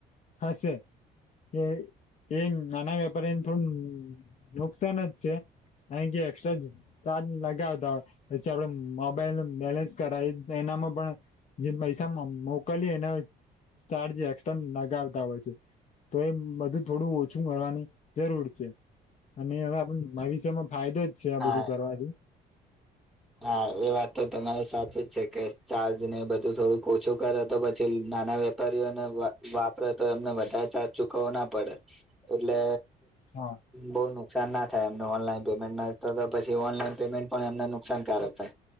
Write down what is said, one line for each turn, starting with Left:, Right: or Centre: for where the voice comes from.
Left: હશે એ એ નાના વેપારીને થોડું નુકસાન જ છે અ કે એક્સ્ટ્રા ચાર્જ લગાવતા હોય પછી આપડે મોબાઈલ ન બેલેન્સ કરાવી એનામાં પણ જે પૈસા મોકલી એના ચાર્જ એકક્સા નાગારતા હોય છે તો એ બધું થોડું ઓછું કરવાની જરૂર છે અને હવે આપ મા વિષમાં ફાયદો જ છે આ
Centre: હા
Left: બધું કરવાથી
Centre: હા એ વાત તો તમારે સાચી જ છે કે ચાર્જ ને બધું થોડું ઓછું કરે તો પછી નાના વેપારીઓને વાપરે તો એમને વધારે ચાર્જ ચુકવો ના પડે એટલે
Left: હા
Centre: બહુ નુકસાન ના થાય એમને ઓનલાઈન પેમેન્ટ ના થ પછી ઓનલાઈન પેમેન્ટ પણ એમને નુકસાનકારક થાય